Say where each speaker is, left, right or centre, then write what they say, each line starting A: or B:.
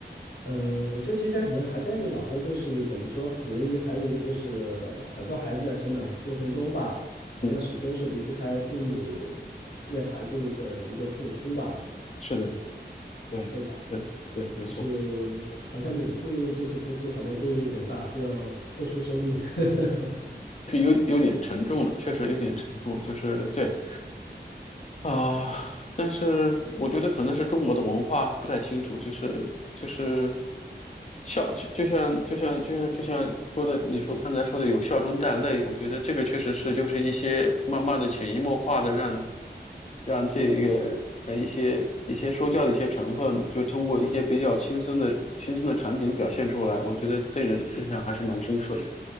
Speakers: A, on the left; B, on the left.
A: 嗯，呃这个题材可能还在就老的，就是怎么说，可能还有一个就是很多孩子在成长过程中吧，好像始终是离不开父母为孩子的一个付出吧，
B: 嗯，是的，
A: 感觉，
B: 对，
A: 对吧？
B: 是的，对，没错，
A: 就是好像每次这次付出好像都有点大，都要付出生命。<laughs>
B: 是有有点沉重的，确实有点沉重，就是对。啊，但是我觉得可能是中国的文化不太清楚，就是就是孝，就就像就像就像就像说的，你说刚才说的有笑中带泪，我觉得这个确实是就是一些慢慢的潜移默化的让让这一个呃一些一些说教的一些成分，就通过一些比较轻松的轻松的场景表现出来，我觉得对人印象还是蛮深刻的。